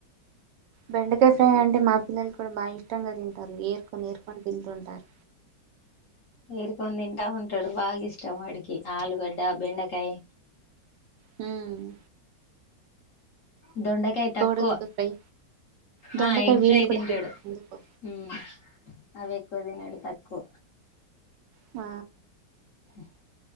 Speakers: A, on the right; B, on the left.
A: బెండకాయ ఫ్రై అంటే మా పిల్లలు కూడా బాగా ఇష్టంగా తింటారు ఏరుకొని ఏరుకొని తింటుంటారు
B: ఏరుకొని తింటా ఉంటాడు బాగ ఇష్టం వాడికి ఆలుగడ్డ బెండకాయ్
A: హ్మ్
B: దొండకాయ్
A: కోడిగుడ్డు
B: తక్కువ
A: ఫ్రై దొండకాయ
B: ఆ ఎగ్
A: వీళ్ళు
B: ఫ్రై
A: కూడా
B: తింటాడు
A: తీసుకు
B: హు అవి ఎక్కువ తిన్నడు తక్కువ్
A: ఆ
B: హు